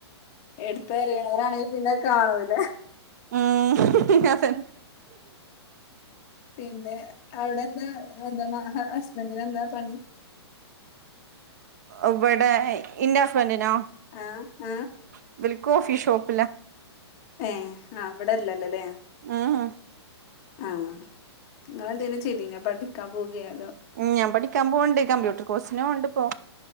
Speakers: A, on the left; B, on the right.
A: എടുത്ത <unintelligible> പിന്നത് കാണൂല്ല
B: ആ അതെ
A: പിന്നെ അവിടെ എന്താ എന്താന്നാ ഹസ് ബൻറിനെന്താ പണി
B: ഇവിടെ ഇന്റസ്ബന്റിനോ
A: ആഹ് ആഹ്
B: <unintelligible> കോഫി ഷോപ്പ്
A: ഏ ആ ഇവിടെല്ലല്ലോല്ലേ
B: ഉം
A: ആ ഇങ്ങളെന്തേലും ചെയ്തീനൊ പഠിക്കാൻ പോകയാ
B: ഉം ഞാൻ പഠിക്കാൻ പോവുണ്ട് കമ്പ്യൂട്ടർ കോഴ്സിനോണ്ട് ഇപ്പോ